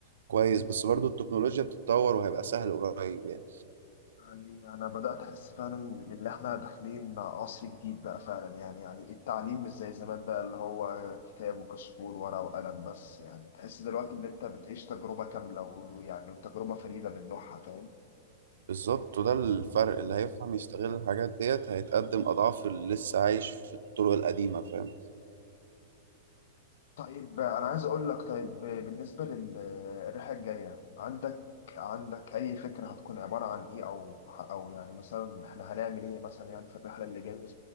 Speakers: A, on the right; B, on the left.
A: كويس بس برضو التكنولوجيا بتتطور وهيبقى سهل قريب يعني
B: يعني أنا بدأت أحس فعلا إن إن إحنا داخلين عصر جديد بقى فعلا يعني يعني التعليم مش زي زمان بقى اللي هو كتاب وكشكول ورقة وقلم بس يعني تحس دلوقتي إن أنت بتعيش تجربة كاملة ويعني تجربة فريدة من نوعها فاهم؟
A: بالظبط وده الفرق اللي هيفهم يستغل الحاجات ديت هيتقدم اضعاف اللي لسه عايش في الطرق القديمة فاهم
B: طيب أنا عايز أقول لك طيب بالنسبة للرحلة الجاية عندك عندك أي فكرة هتكون عبارة عن إيه أو أو يعني مثلا إحنا هنعمل إيه مثلا يعني في الرحلة اللي جاية